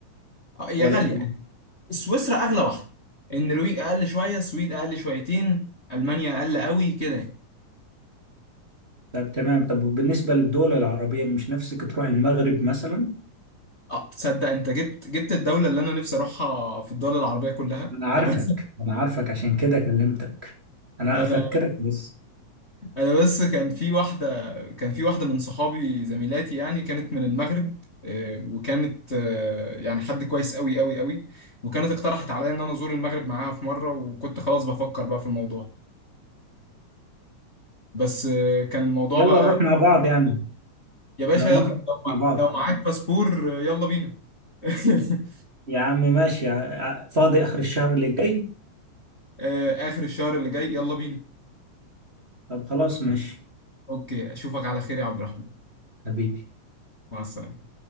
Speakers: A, on the left; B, on the right.
A: اه هي
B: ولا
A: غالية
B: انت
A: سويسرا اغلى واحده النرويج اقل شويه السويد اقل شويتين المانيا اقل قوي كده يعني
B: طب تمام طب بالنسبة للدول العربية مش نفسك تروح المغرب مثلا
A: اه تصدق انت جبت جبت الدوله اللي انا نفسي اروحها في الدول العربيه كلها
B: انا عارفك
A: يعني <laughs>
B: انا عارفك عشان كده كلمتك انا
A: انا
B: افكرك بس
A: انا بس كان في واحده كان في واحده من صحابي زميلاتي يعني كانت من المغرب آه، وكانت آه، يعني حد كويس قوي قوي قوي وكانت اقترحت عليا ان انا ازور المغرب معاها في مره وكنت خلاص بفكر بقى في الموضوع بس آه، كان الموضوع
B: يلا
A: بقى
B: نروح مع بعض يعني
A: يا باشا
B: احنا ممكن
A: يلا لو
B: نروح مع بعض
A: لو معاك باسبور يلا بينا <laughs>
B: يا عم ماشي ع- ع- فاضي اخر الشهر اللي جاي
A: آه، آخر الشهر اللي جاي يلا بينا
B: طب خلاص ماشي
A: اوكي اشوفك على خير يا عبد الرحمن
B: حبيبي
A: مع السلامة